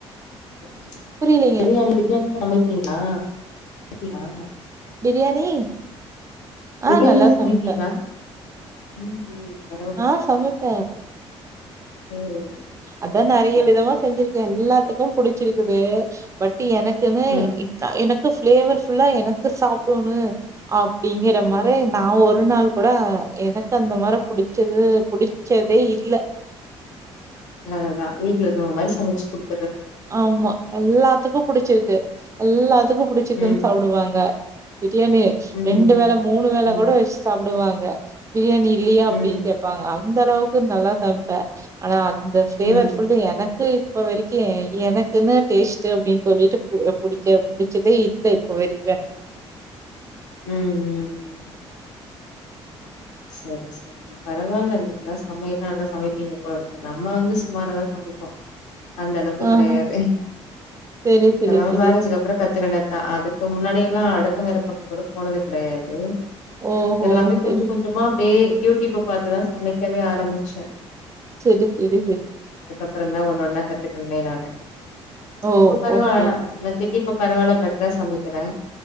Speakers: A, on the left; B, on the right.
A: <unintelligible>
B: புரியலைங்க.
A: பிரியாணி பிரி சமைப்பிங்ளா அப்டியா
B: பிரியாணி
A: பிரியாணிலா
B: அ நல்லா
A: சமைப்பீங்களா
B: சமைப்ப
A: ம் ம் பரவாயில்லைங்க
B: அ சமைப்ப
A: ம்
B: அதா நெறைய
A: சரி
B: விதமா
A: சரி
B: செஞ்சிருக்கே எல்லாத்துக்கு புடிச்சிருக்குது பட் பட் எனக்குன்னு
A: ம்
B: எனக்கு பிளேவர்புல்லா எனக்கு சாப்டோனு அப்டிங்கற மாற
A: ம்
B: நா ஒரு நாள் கூட எனக்கு அந்த மாரி புடிச்சது புடிச்சதே இல்ல
A: அததா வீட்ல இருக்கிறவங்க மாரி சமச்சு குடுத்து
B: ஆமா எல்லாத்துக்கு புடிச்சிருக்கு எல்லாத்துக்கு புடிச்சிருக்குன்னு
A: ம்
B: சாப்டுவாங்க பிரியாணி
A: ம் ம்
B: ரெண்டு வேல மூணு வேல
A: ம்
B: கூடா வெச்சு சாப் டுவாங்க பிரியாணி இல்லியா
A: ம்
B: அப்டின்னு கேப்பாங்க அந்த அளவுக்கு நல்லா சமைப்பே
A: ம்
B: ஆனா இந்த ஃப்ளேவர்
A: ம்
B: ஃபுல்லு எனக்கு இப்ப வரைக்கு எனக்குன்னு டேஸ்ட்டு அப்டின்னு சொல்லிட்டு புடிக்க பிடிச்சதே இல்ல இப்ப வரைக்கு எனக்கு
A: ம் ம் செரி செரி பரவாயில்ல நீங்க தா சமையல்லி நல்லா சமைப்பீங்க போல இருக்கு நம்ம வந்து சுமாரதா சமைப்போ அந்த அளவுக்கு
B: ஆஹ
A: கெடையாது
B: செரி செரி
A: இது எல்லாமே
B: செரி
A: மேரேஜக்கு அப்றோ கத்துக்கிண்னது தா அதுக்கு முன்னாடியெல்லா அடுப் பாங்கற பக்கோ கூட போனது கெடையாது
B: ஓ
A: எல்லாமே
B: ஓ செரி
A: கொஞ்ச கொஞ்சமா அப்டியே யூடியூப் பாத்துதா சமைக்கவே ஆரம்பிச்ச
B: செரி செரி செரி
A: அப்றோ தா ஒன்னு ஒன்னா கத்துட்டு இருந்தே நானு
B: ஓ
A: இப்ப பரவாயில்ல
B: ஓகே
A: ஆனா முன்னத்திக்கு இப்ப பரவாயில்ல பெட்டரா சமைக்கிறே